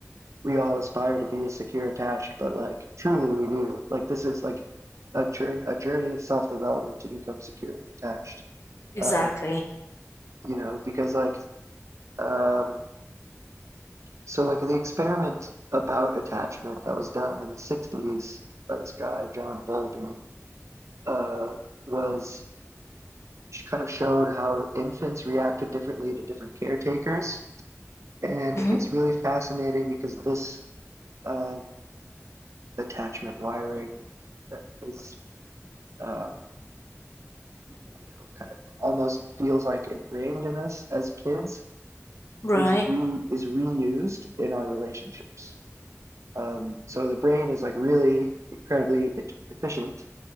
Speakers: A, on the right; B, on the left.
A: we all aspire to be secure attached, but like, truly we do. Like, this is like a journey, a journey of self-development to become securely attached.
B: exactly.
A: Um, you know, because like, um, So like the experiment about attachment that was done in the '60s by this guy John Bowlby uh, was kind of showed how infants reacted differently to different caretakers, and
B: hmm
A: it's really fascinating because this um, attachment wiring that is um, you know kind of almost feels like ingrained in us as kids
B: Right.
A: is re is reused in our relationships. Um, so the brain is like really incredibly e- efficient,